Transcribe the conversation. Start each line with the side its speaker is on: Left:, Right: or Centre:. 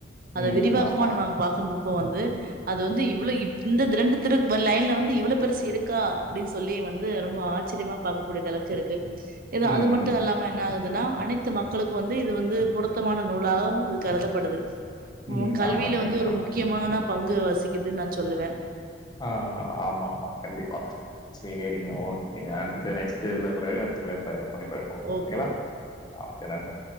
Right: அத
Left: ம்
Right: விரிவாக்கமனு
Left: ஆமாமா
Right: நாங்க பார்க்கும்பப்போ வந்து அது வந்து இவ்ளோ இந்த திரண்டு திரு லைன்ல வந்து இவ்ளோ பெருசு இருக்கா அப்டின்னு சொல்லி வந்து ரொம்ப ஆ ச்சரியமா பார்க்க கூடியத அளவுக்கு இருக்கு இது
Left: ம்
Right: அது மட்டும் இல்லாம என்ன ஆகுதுன்னா அனைத்து மக்களுக்கும் வந்து இது வந்து பொருத்தமான நூல் வுலாவ் கருதப்படுது
Left: ம்
Right: மு கல்வியில
Left: ஆமா கண்டிப்பா
Right: வந்து ஒரு முக் முக்கியமான பங்கு வசிக்குதுன்னு நான் சொல்லுவேன்
Left: ஆ ஆ ஆமா ஆமா கண்டிப்பா சேரிங்க ஓகே அடுத்து நெக்ஸ்ட் இதுல கூடே அடுத்து கூடே ப பண்ணி போயிருப்போம் ஓகேங்களா
Right: ஓகே
Left: ஓகே நன்றி